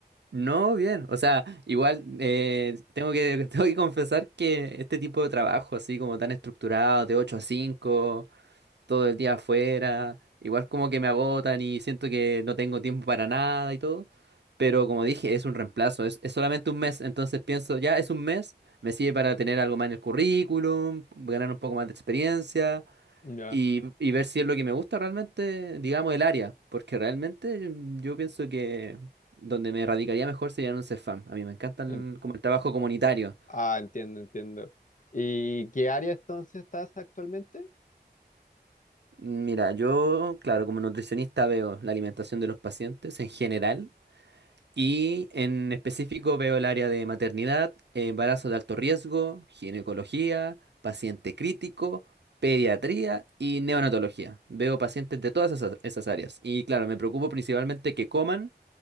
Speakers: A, on the right (about 80°); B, on the left (about 45°).
A: No, bien. O sea, igual eh, tengo que, <laughs> tengo que confesar que este tipo de trabajo, así como tan estructurado, de ocho a cinco. todo el día afuera, igual como que me agotan y siento que no tengo tiempo para nada y todo, pero como dije, es un reemplazo, es, es solamente un mes, entonces pienso, ya es un mes, me sirve para tener algo más en el currículum, ganar un poco más de experiencia
B: Ya.
A: y, y ver si es lo que me gusta realmente, digamos, el área, porque realmente mm, yo pienso que... Donde me radicaría mejor sería en un CEFAM. A mí me encantan
B: en-
A: como el trabajo comunitario.
B: ah, entiendo, entiendo. ¿Y qué área entonces estás actualmente?
A: Mira, yo, claro, como nutricionista veo la alimentación de los pacientes en general Y en específico veo el área de maternidad, embarazo de alto riesgo, ginecología, paciente crítico, pediatría y neonatología. Veo pacientes de todas esas, esas áreas. Y claro, me preocupo principalmente que coman